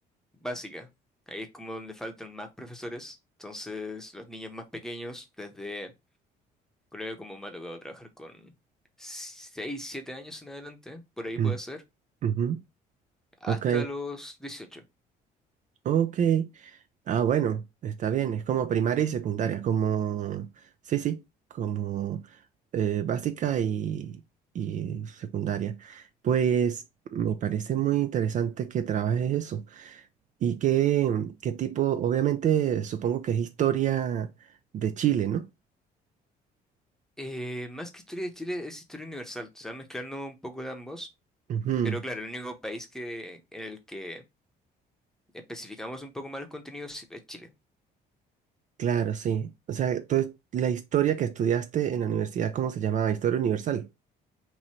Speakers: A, in the centre; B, on the right (about 45°).
A: básica. Ahí es como donde faltan más profesores, entonces los niños más pequeños, desde creo que como me ha tocado trabajar con 6 7 años en adelante, por ahí
B: mm,
A: puede ser,
B: ujú.
A: hasta
B: Ok,
A: los 18.
B: ok. Ah, bueno, está bien, es como primaria y secundaria, como, sí, sí, como eh, básica y, y secundaria. Pues me parece muy interesante que trabajes eso. ¿Y qué, qué tipo? Obviamente, supongo que es historia de Chile, ¿no?
A: Eh, más que historia de Chile es historia universal, se va mezclando un poco de ambos.
B: Ujú,
A: Pero claro, el único país que, en el que especificamos un poco más los contenidos sí, es Chile.
B: Claro, sí. O sea, tú- la historia que estudiaste en la universidad, ¿cómo se llamaba? Historia universal.